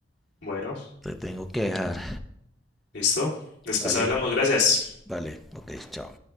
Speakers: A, on the left (about 65°); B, in the centre.
A: Bueno,
B: Te tengo que dejar.
A: listo. Después
B: Vale,
A: hablamos, gracias.
B: vale, ok, chao.